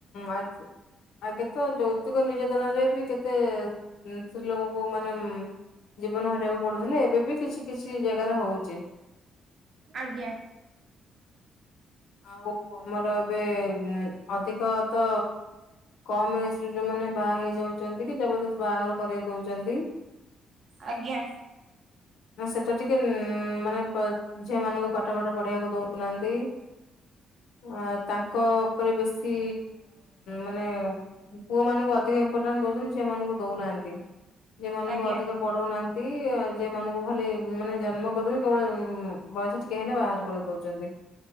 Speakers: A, on the left; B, on the right.
A: ଆଗେ ତ ଯୌତିକ ନିର୍ଯାତନ ରେ ବି କେତେ ସ୍ତ୍ରୀ ଲୋକକୁ ମାନେ ଜୀବନ ହରାଇବାକୁ ପଡୁଥିଲେ ଏବେ ବି କିଛି କିଛି ଜାଗାରେ ହଉଛି।
B: ଆଜ୍ଞା!
A: ଆଉ ଆମର ଏବେ ଅଧିକ ତ କମ୍ ଏଜେ ଯୋଉମାନେ ବାହା ହେଇଯାଉଛନ୍ତି, କି ଜବରଦସ୍ତ ବାହାଘର କରରେଇ ଦଉଛନ୍ତି,
B: ଆଜ୍ଞା
A: ସେ ତ ଟିକେ ଉଁ ମାନେ। ଝିଅମାନଙ୍କୁ ପାଠ ଫାଠ ପଢିବାକୁ ଦଉନାହାନ୍ତି। ଆ ତାଙ୍କ ଉପରେ ବେଶୀ ମାନେ ପୁଅ ମାନଙ୍କୁ ଅଧିକ ଇମ୍ପୋର୍ଟାନ୍ସ ଦଉଛନ୍ତି ସେମାନାନଙ୍କୁ ଦଉନାହାନ୍ତି। ଯି ମାନଙ୍କୁ
B: ଆଜ୍ଞା
A: ଅଧିକ ପଢଉନାହାନ୍ତି। ଯିଏ ମାନଙ୍କୁ ଖାଲି ମାନେ ଜନ୍ମ କରିଦଉି କେବଳ ବୟସ ଟିକେ ହେଲେ ବାହାର କରିଦଉଛନ୍ତି।